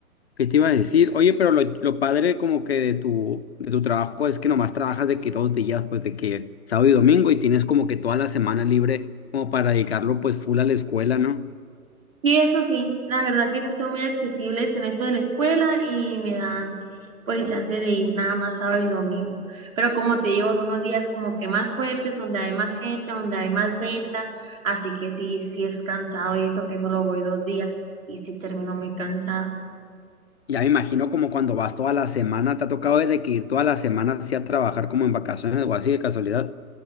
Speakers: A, on the left; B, on the right.
A: ¿Qué te iba a decir? Oye, pero lo, lo padre como que de tu, de tu trabajo es que nomás trabajas de que dos días, pues de que sábado y domingo y tienes como que toda la semana libre como para dedicarlo pues full a la escuela, ¿no?
B: Y eso sí, la verdad que sí son muy accesibles en eso de la escuela y me dan pues chance de ir nada más sábado y domingo. Pero como te digo, son los días como que más fuertes, donde hay más gente, donde hay más venta, así que sí, sí es cansado y eso que solo voy dos días y sí termino muy cansada.
A: Ya me imagino como cuando vas toda la semana, te ha tocado desde que ir toda la semana así a trabajar como en vacaciones o así de casualidad.